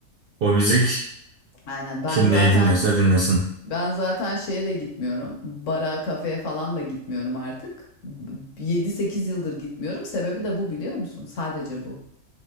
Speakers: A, on the right; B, on the left.
A: o müzik
B: Aynen. Ben
A: kim
B: zaten
A: neyi dinliyorsa dinlesin.
B: ben zaten şeye de gitmiyorum. Bara, kafeye falan da gitmiyorum artık. Yedi sekiz yıldır gitmiyorum. Sebebi de bu biliyor musun? Sadece bu.